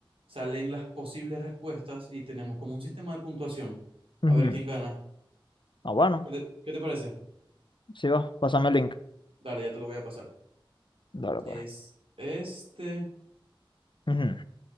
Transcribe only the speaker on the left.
ujú.
Ah, bueno,
sí va, pásame el link.
Dale, pues.
Ujú.